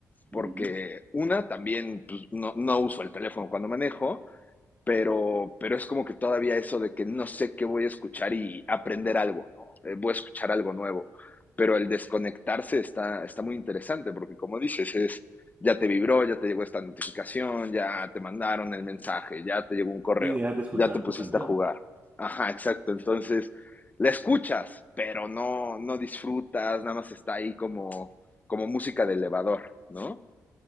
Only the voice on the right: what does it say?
Ujú.
Y dejas de escuchar
tu canción,
¿no?